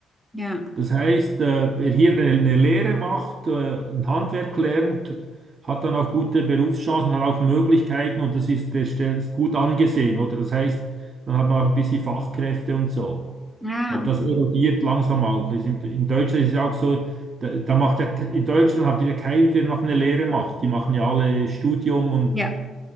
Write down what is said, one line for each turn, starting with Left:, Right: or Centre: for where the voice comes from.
Centre: ja,
Right: Das heißt, äh, wer hier eine, eine Lehre macht, äh, ein Handwerk lernt, hat dann auch gute Berufschancen, hat auch Möglichkeiten und das ist, der Stell- ist gut angesehen, oder? Das heißt, dann hat man auch ein bisschen Fachkräfte und so.
Centre: ja,
Right: Aber das
Centre: okay.
Right: erodiert langsam auch. Ist im- In Deutschland ist es ja auch so, da, da macht ja, ke- in Deutschland habt ihr ja keinen, der noch eine Lehre macht. Die machen ja alle Studium und
Centre: Ja,